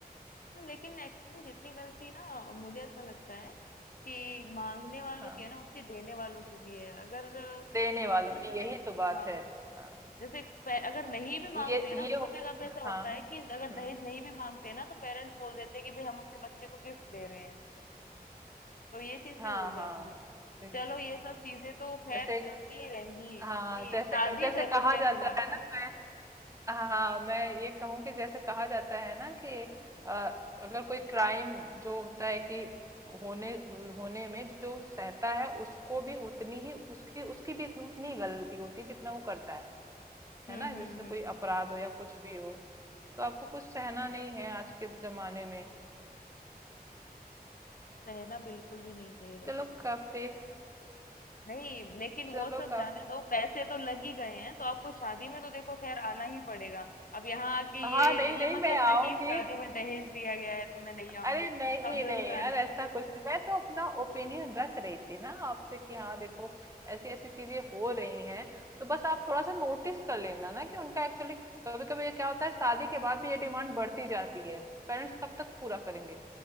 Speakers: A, on the left; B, on the right.
A: लेकिन एक्चुअली जितनी गलती ना मुझे ऐसा लगता है कि मांगने वालों
B: हाँ
A: की है ना उतनी देने वालों की भी है अगर
B: देने
A: मुझ-
B: वालों
A: मतलब
B: की
A: जैसे
B: यही तो बात
A: हाँ
B: है हाँ
A: जैसे पे- अगर नहीं भी
B: ये
A: मांगते हैं ना
B: ये
A: बहुत जगह पे ऐसा
B: हाँ
A: होता है कि अगर
B: हम्म
A: दहेज नहीं भी मांगते हैं ना तो पेरेंट्स बोल देते हैं कि भाई हम अपने बच्चे को गिफ्ट दे रहे हैं तो ये चीज
B: हाँ
A: भी हो जाती
B: हाँ
A: है
B: ठीक
A: चलो
B: बोला।
A: ये सब चीजें तो खैर
B: जैसे
A: चलती
B: एक-
A: ही रहेंगी
B: हाँ
A: क्योंकि
B: जैसे
A: शादी
B: क- जैसे
A: जरूरी
B: कहा
A: है
B: जाता
A: फिलहाल
B: है ना मैं हाँ मैं ये कहूँ कि जैसे कहा जाता है ना कि अ, अगर कोई क्राइम जो होता है कि होने होने में जो सहता है उसको भी उतनी ही उसकी उसकी भी इतनी- उतनी ही गलती होती है जितना वो करता है
A: हम्म
B: है ना जैसे
A: हम्म हम्म
B: कोई अपराध हो या कुछ भी हो तो आपको कुछ सहना नहीं है आज के जमाने में
A: सहना बिल्कुल भी नहीं चाहिए वैसे
B: चलो
A: तो सही
B: काफ़ी
A: बात है नहीं लेकिन
B: चलो
A: वो सब
B: काफ़ी
A: जाने दो पैसे तो लग ही गए हैं तो आपको शादी में तो देखो खैर आना ही पड़ेगा अब यहाँ आके
B: हाँ,
A: ये
B: नहीं, नहीं
A: ये मत
B: मैं
A: सोचना
B: आऊँगी।
A: कि इस शादी में दहेज दिया गया है तो मैं नहीं आऊंगी
B: अरे नहीं
A: आप जरूर
B: नहीं
A: आना
B: यार ऐसा कुछ नहीं मैं तो अपना ओपिनियन रख रही थी ना आपसे कि हाँ देखो ऐसी ऐसी चीजें हो रही हैं तो बस आप थोड़ा सा नोटिस कर लेना ना कि उनका एक्चुअली कभी कभी ये क्या होता है शादी के बाद भी ये डिमांड बढ़ती जाती है पेरेंट्स कब तक पूरा करेंगे